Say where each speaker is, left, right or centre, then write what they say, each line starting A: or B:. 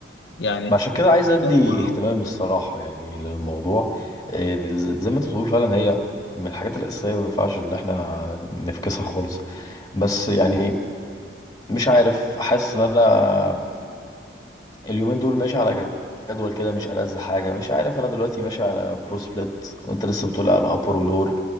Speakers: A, on the left; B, on the left.
A: يعني
B: عشان
A: في
B: كده
A: جسم
B: عايز
A: الانسان
B: ادي
A: كله
B: اهتمام الصراحه يعني للموضوع آه، ز- زي ما انت بتقول فعلا هي من الحاجات الاساسيه ما ينفعش ان احنا نفكسها خالص بس يعني مش عارف حاسس ان انا اليومين دول ماشي على جدول كده مش ألذ حاجة مش عارف أنا دلوقتي ماشي على برو سبليت وأنت لسه بتقول على أبر ولور